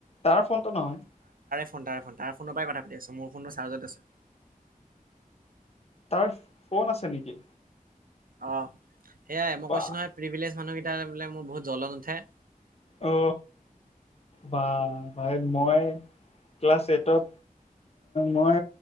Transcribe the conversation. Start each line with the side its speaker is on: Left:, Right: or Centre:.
Left: তাৰ ফোনটো নহয়
Right: ফণ্টাই ফণ্টটা ফোনৰ পৰাই কথা পাতি আছো মোৰ ফোনটো চাৰ্জতে আছে
Left: তাৰ ফোন আছে নেকি
Right: অ সেয়াই মই
Left: বা
Right: কৈছো নহয় প্ৰিভিলেজ মানুহকেইটটা বোলে মোৰ বহুত জ্বলন উঠে।
Left: অ বা ভাই মই ক্লাছ এইটত। মই